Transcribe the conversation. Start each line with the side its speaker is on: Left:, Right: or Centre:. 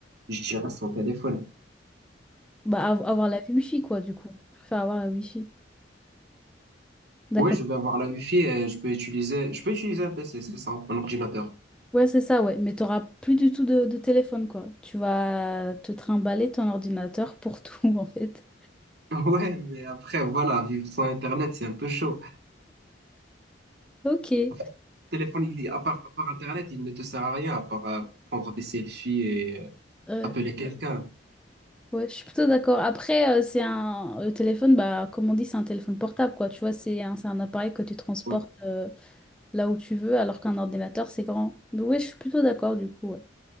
Right: je dirais sans téléphone.
Centre: bah, av- avoir la Wi-Fi, quoi, du coup. Je préfère avoir la Wi-Fi. D'accord.
Right: Oui, je vais avoir la Wi-Fi et je peux utiliser, je peux utiliser un PC, c'est ça, un ordinateur. <laughs>
Centre: Ouais, c'est ça, ouais. Mais t'auras plus du tout de, de téléphone, quoi. Tu vas te trimballer ton ordinateur pour tout, <laughs> en fait.
Right: Ouais, mais après, voilà, vivre sans Internet, c'est un peu chaud.
Centre: Ok. Euh,
Right: Après, le téléphone, il, est- à part, à part Internet, il ne te sert à rien, à part euh, prendre des selfies et euh,
Centre: euh,
Right: appeler quelqu'un.
Centre: ouais, je suis plutôt d'accord. Après, euh, c'est un... Le téléphone, bah, comme on dit, c'est un téléphone portable, quoi. Tu vois, c'est un, c'est un appareil que tu transportes
Right: Ouais.
Centre: euh, là où tu veux, alors qu'un ordinateur, c'est grand. Mais ouais, je suis plutôt d'accord, du coup, ouais.